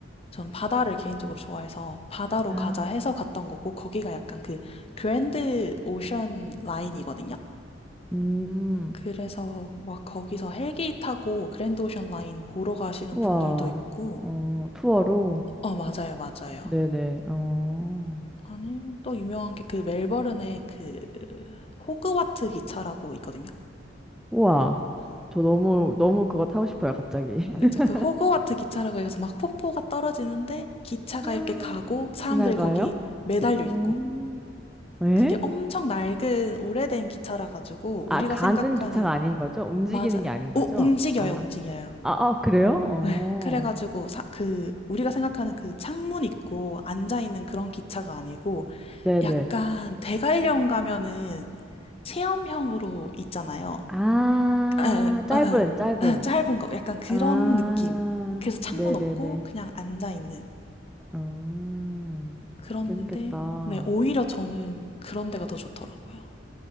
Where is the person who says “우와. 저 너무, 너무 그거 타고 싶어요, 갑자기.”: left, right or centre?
Centre